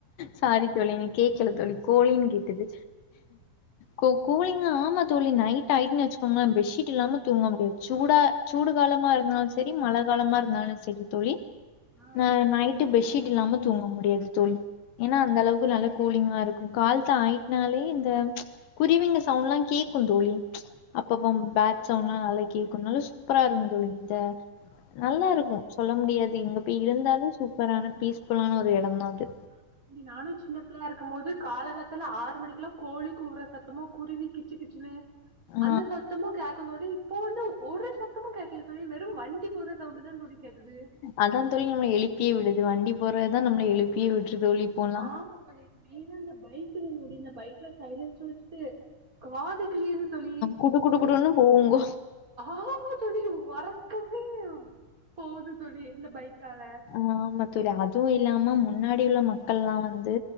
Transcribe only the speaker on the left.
சாரி தோழி எனக்கு கேக்கல தோழி கோழினு கேட்டுது கொ கூலிங்கா ஆமா தோழி நைட் ஆயிட்டுன் வெச்சுக்கோங்களே பெட்ஷீட் இல்லாம தூங்க முடியாது சூடா சூடு காலமா இருந்தாலு செரி மழ காலமா இருந்தாலு செரி தோழி
அ நைட்டு பெட்ஷீட் இல்லாம தூங்க முடியாது தோழி ஏன்னா அந்த அளவுக்கு நல்ல கூலிங்கா இருக்கு கால்த்தா ஆயிட்னாலே இந்த குருவிங்க சவுண்ட்லா கேக்குந் தோழி அப்பப்ப பேட் சவுண்ட்ல்லா நல்லா கேக்கு நல்லா சூப்பரா இருக்கு தோழி இந்த நல்லா இருக்கு சொல்ல முடியாது இங்க போய் இருந்தாலு சூப்பரான பீஸ் ஃபுல்லான ஒரு எடந்தா அது
ஆ
அதா தோழி நம்மள எழுப்பியே விடுது வண்டி போறதா நம்மள எழுப்பியே விட்ரு தோழி இப்போலா
குடு குடு குடுன்னு
போகுங்கோ
ஆ ஆமா தோழி அதுவு இல்லாம முன்னாடி உள்ள மக்கல்லா வந்து